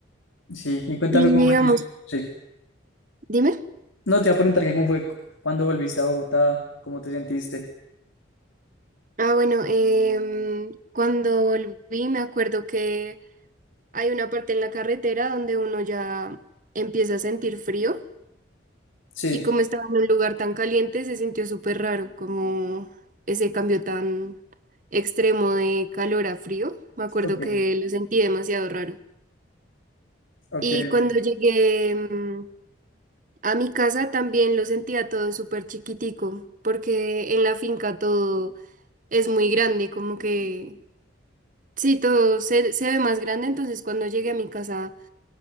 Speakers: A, on the left; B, on the right.
A: Sí, y cuéntame
B: Y
A: cómo
B: digamos,
A: fue tu... Sí,
B: dime.
A: no te iba a preguntar que cómo fue cu- cuando volviste a Bogotá, cómo te sentiste.
B: Ah, bueno, em, cuando volví me acuerdo que hay una parte en la carretera donde uno ya empieza a sentir frío
A: Sí,
B: y como estaba en un lugar tan caliente se sintió súper raro, como ese cambio tan extremo de calor a frío. Me acuerdo
A: ok,
B: que lo sentí demasiado raro.
A: ok.
B: Y cuando
A: ok.
B: llegué em, a mi casa también lo sentía todo súper chiquitico, porque en la finca todo es muy grande, como que... Sí, todo se, se ve más grande, entonces cuando llegué a mi casa